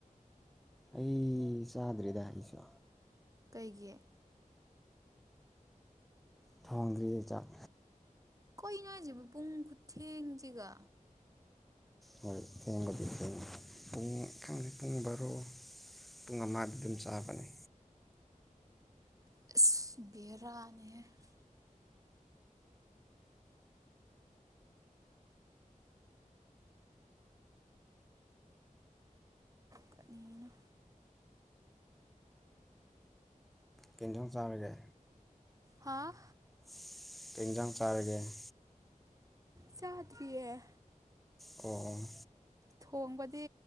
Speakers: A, in the centre; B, on the right.
A: ꯑꯩ ꯑꯩ ꯆꯥꯗꯔꯤꯗ ꯑꯩꯁꯨ
B: ꯀꯩꯒꯤ
A: ꯊꯣꯡꯗ꯭ꯔꯤꯌ° ꯆꯥꯛ
B: ꯀꯩꯅꫭ ꯍꯥꯏꯁꯤꯕꯨ ꯄꯨꯡ ꯈꯨꯊꯦꯡꯁꯤꯒ
A: ꯍꫭꯏ ꯊ°ꯡꯕꯨꯗꯤ ꯊ°ꯡꯉ° ꯄꯨꯡ ꯈꯪꯗꯦ ꯄꯨꯡ ꯚꯥꯔꫭ ꯄꯨꯡ ꯑꯃꯗ ꯑꯗꯨꯝ ꯆꯥꯕꯅꯤ
B: ꯕꯔꯥꯅ° ꯍ° ꯀꯠꯅꯤꯅ‌ꯣ
A: ꯀꯦꯟꯖꯣꯡ ꯆꯥꯔꯒꯦ
B: ꯍꯥꯥ
A: <unintelligible> ꯀꯩ ꯏꯟꯖꯥꯡ ꯆꯥꯔꯒꯦ <unintelligible>
B: ꯆꯥꯗ꯭ꯔꯤꯌ‌ꯦ
A: ꯀ‌ꯣꯑꯣꯡ
B: ꯊꯣꯡꯕꯗꯤ